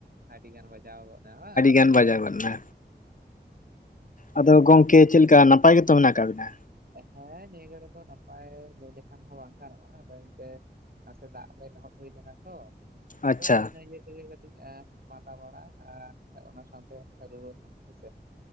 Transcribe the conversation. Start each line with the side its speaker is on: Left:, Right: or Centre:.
Right: ᱟᱹᱰᱤᱜᱟᱱ ᱵᱟᱡᱟᱣ ᱜᱚᱫ ᱱᱟ ᱵᱟᱝ
Left: ᱠᱮᱱ ᱵᱟᱡᱟᱭ ᱜᱚᱜ ᱮᱱᱟ᱾ ᱟᱫᱚ ᱜᱚᱝᱠᱮ ᱪᱮᱫ ᱞᱮᱠᱟ ᱱᱟᱯᱟᱭ ᱜᱮᱛᱚ ᱢᱮᱱᱟᱜ ᱟᱠᱟᱫ ᱵᱤᱱᱟ᱾
Right: ᱦᱮᱸ ᱱᱤᱭᱟᱹ ᱜᱷᱟᱹᱲᱤᱡ ᱫᱚ ᱱᱟᱯᱟᱭ ᱞᱟᱹᱭ ᱞᱮᱠᱷᱟᱱ ᱦᱚᱸ ᱵᱟᱝ ᱜᱟᱱᱚᱜᱼᱟ ᱟᱫᱚ ᱮᱱᱛᱮ ᱱᱟᱥᱮ ᱫᱟᱜ ᱨᱮ ᱞᱚᱦᱚᱛ ᱦᱩᱭ ᱞᱮᱱᱟ ᱛᱚ ᱟᱫᱚ
Left: ᱟᱪᱪᱷᱟ
Right: ᱤᱱᱟᱹ ᱤᱭᱟᱹ ᱛᱮᱜᱮ ᱠᱟᱹᱴ ᱮ ᱢᱟᱫᱟ ᱵᱟᱲᱟ ᱟᱨ ᱚᱱᱟ ᱥᱟᱶᱛᱮ ᱨᱩᱣᱟ ᱦᱚᱸ ᱦᱮᱸᱥᱮ